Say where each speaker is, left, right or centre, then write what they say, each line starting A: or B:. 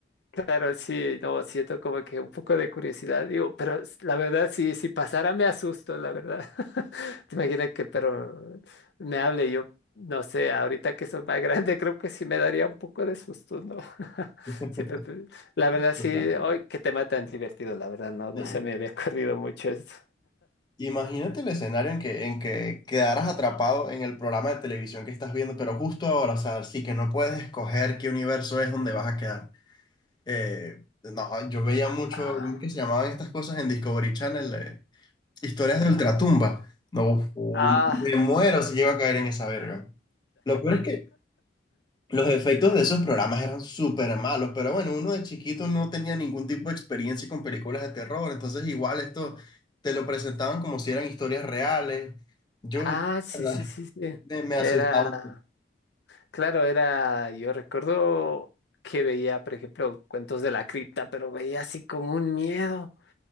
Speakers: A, on the left; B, on the left.
A: Claro, sí, no, siento como que un poco de curiosidad, digo, pero s- la verdad, si, si pasara me asusto, la verdad. <laughs> ¿Te imaginas que el perro me hable? Yo, no sé, ahorita que soy más <laughs> grande, creo que sí me daría un poco de susto, ¿no? <laughs>
B: <laughs>
A: Siempre, pe- la verdad, sí,
B: Total, total.
A: hoy que tema tan divertido, la verdad, no, no
B: Y-
A: se me había ocurrido mucho esto.
B: imagínate el escenario en que, en que quedaras atrapado en el programa de televisión que estás viendo, pero justo ahora, o sea, sí que no puedes escoger qué universo es donde vas a quedar. Eh, no, yo veía mucho,
A: Ah,
B: ¿cómo es que se llamaban estas cosas en Discovery Channel? eh, Historias de Ultratumba. No, uh,
A: Ah.
B: me muero si llego a caer en esa verga. Lo peor es que los efectos de esos programas eran súper malos, pero bueno, uno de chiquito no tenía ningún tipo de experiencia con películas de terror, entonces igual esto te lo presentaban como si eran historias reales. Yo,
A: Ah,
B: la
A: sí,
B: verdad,
A: sí, sí, sí.
B: me, me asustaba.
A: Era, claro, era, yo recuerdo que veía, por ejemplo, cuentos de la cripta, pero veía así con un miedo.